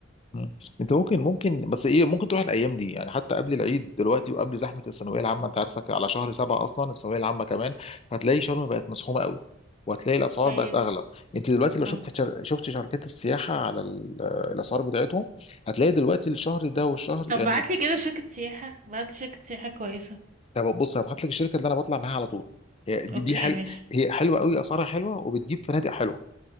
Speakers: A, on the left; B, on the right.
A: مم. انت ممكن ممكن بس ايه ممكن تروح الايام دي يعني حتى قبل العيد دلوقتي وقبل زحمه الثانويه العامه انت عارفك على شهر سبعه اصلا الثانويه العامه كمان فهتلاقي شرم بقت مزحومه قوي وهتلاقي الاسعار
B: طيب
A: بقت اغلى انت دلوقتي لو شفت
B: اه
A: شر... شفت شركات السياحه على ال- الاسعار بتاعتهم هتلاقي دلوقتي الشهر ده والشهر
B: طب
A: يعني
B: بعتلي كده شركة سياحة بعتلي شركة سياحة كويسة
A: طب بص هبعت لك الشركه اللي انا بطلع معاها على طول هي دي,
B: اوكي
A: دي حل...
B: ماشي
A: هي حلوه قوي اسعارها حلوه وبتجيب فنادق حلوه